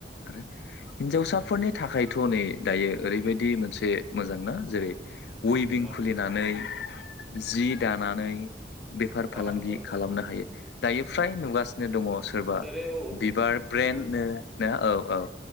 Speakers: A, on the left (about 65°); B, in the centre.
A: आरो हिनजावसाफोरनि थाखाय थ' नै दायो ओरैबायदि मोनसे मोजांना जेरै उइभिं
B: अ
A: खुलिनानै जि दानानै बेफार फालांगि
B: अ नंगौ नंगौ
A: खालामनो
B: नोंथां
A: हायो दायो फ्राय नुगासिनो दङ। सोरबा
B: जेरै औ
A: बिबार ब्रेन्ड नो ना औ औ